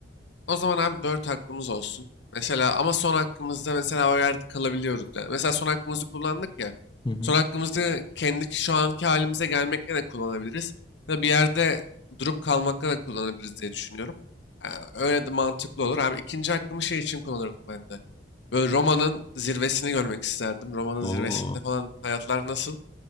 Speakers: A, on the left; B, on the left.
A: O zaman abi 4 hakkımız olsun. Mesela ama son hakkımızda mesela o yerde kalabiliyoruz. Yani mesela son hakkımızı kullandık ya.
B: Hı hı.
A: Son hakkımızı kendi şu anki halimize gelmekle de kullanabiliriz. Ya da bir yerde durup kalmakla da kullanabiliriz diye düşünüyorum. Yani öyle de mantıklı olur. Abi ikinci hakkımı şey için kullanırdım ben de. Böyle Roma'nın zirvesini görmek isterdim. Roma'nın zirvesinde
B: Oo.
A: falan hayatlar nasıl?